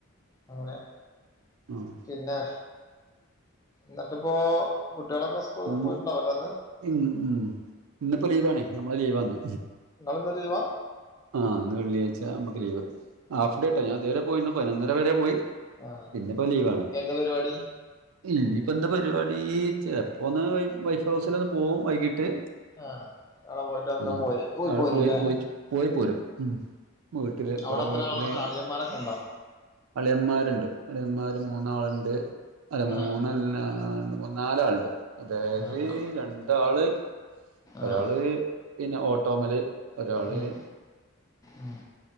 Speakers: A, on the left; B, on the right.
A: അങ്ങനെ
B: ആഹ്
A: പിന്നെ ന്നട്ട്പ്പോ കുട്ട്യാളൊക്കെ സ്കൂ
B: ഇന്ന്
A: പോയിട്ടുണ്ടാവുലേ ന്ന്
B: ഉം ഉം ഇന്നിപ്പോ ലീവാണേ നമ്മളെ ലീവാന്ന്
A: ങ്ങള്ന്ന് ലീവാ
B: ആഹ് ഇന്ന് വെള്ളിയാഴ്ച, അമ്മക്ക് ലീവ്. ഹാഫ്
A: ആഹ്
B: ഡേട്ടാ ഞാൻ ഇതുവരെ പോയിന്ന് പയ്നൊന്നര വരെ പോയി
A: ആഹ്
B: ഇന്ന്പ്പോ ലീവാണ്
A: ഇനി എന്താ പരിപാടി
B: ഇനിയിപ്പോ എന്ത പരിപാടി, ചെലപ്പോ ഒന്ന് വൈഫ് ഹൗസില് ഒന്ന് പോവും വൈകീട്ട്
A: ആഹ് അവടെ പോയിട്ട് അന്ന്
B: ഉം
A: പോയി. പോയി
B: അവിടെ
A: പോരും ല്ലേ
B: പോയിട്ട് പോയി പോരും. ഉം വീട്ടില്
A: അവിടെ
B: വടെ
A: എത്ര
B: വീട്ടില്
A: ആളാണ് അളിയന്മാരൊക്കെ ഉണ്ടോ
B: അളിയമ്മാരുണ്ട് അളിയമ്മാര് മൂന്നാള്ണ്ട് അല്ല മൂന്നല്ലാരണ്ട്
A: ആഹ്
B: മൂന്ന് നാലാൾ ണ്ട് അതായത്
A: നാലാള്
B: രണ്ടാള് ഒരാള്
A: ആഹ്
B: പിന്നെ ഓട്ടോമല് ഒരാള്
A: ഉം ഉം